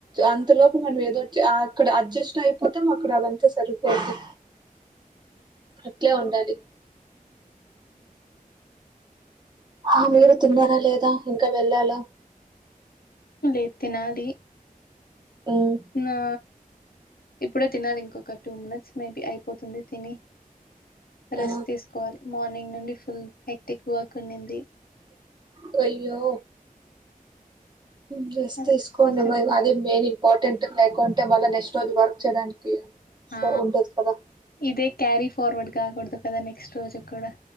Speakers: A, on the right (about 30°); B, on the left (about 85°).
A: అంతలోపు మనం ఏదోచ్చ అక్కడ అడ్జస్ట్ అయిపోతాం అక్కడ అవంతా సరిపోద్ది అట్లా ఉండాలి అ మీ తున్నారా లేదా ఇంకా వెళ్ళాలా
B: లేద్ తినాలి
A: ఉమ్.
B: నా ఇప్పుడే తినాలి ఇంకొక టూ మినిట్స్ మేబీ అయిపోతుంది తిని రెస్ట్
A: ఆ
B: తీసుకోవాలి మార్నింగ్ నుండి ఫుల్ హైక్టిక్ వాక్ ఉంంది
A: గయ్యో డ్రెస్
B: అదే
A: తీసుకోండి
B: కొంచెం
A: మరి అది మెయిన్ ఇంపార్టెంట్ లేకుంటే మళ్ళ నెక్స్ట్ రోజు వర్క్ చేయడానికి
B: ఆ
A: ఉండదు కదా
B: ఇదే క్యారి ఫార్వర్డ్ కాగూడదు కదా నెక్స్ట్ రోజు కూడా